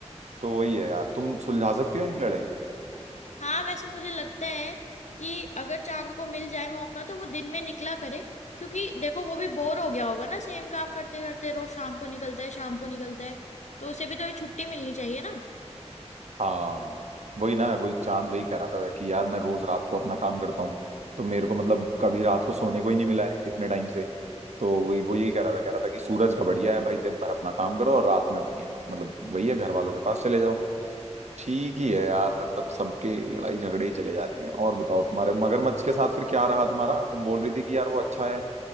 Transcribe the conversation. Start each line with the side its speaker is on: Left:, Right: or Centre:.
Right: तो वही है यार तुम सुलझा सकती हो इनकी लड़ाई
Left: हाँ वैसे मुझे लगता है कि अगर चांद को मिल जाए मौका तो वो दिन में निकला करे क्योंकि देखो वो भी बोर हो गया होगा ना सेम काम करते करते रोज शाम को निकलता है शाम को निकलता है तो उसे भी थोड़ी छुट्टी मिलनी चाहिए ना
Right: हाँ वही ना वही चांद वही कह रहा था कि यार मैं रोज रात को अपना काम करता हूँ तो मेरे को मतलब कभी रात को सोने को ही नहीं मिला है इतने टाइम से तो वही वो यही कह रहा था कह रहा था कि सूरज का बढ़िया है भाई दिन भर अपना काम करो और रात में अपनी मतलब वही है घर वालों के पास चले जाओ ठीक ही है यार मतलब सबके लड़ाई झगड़े ही चले जाते हैं और बताओ तुम्हारे मगरमच्छ के साथ फिर क्या रहा तुम्हारा तुम बोल रही थी कि यार वो अच्छा है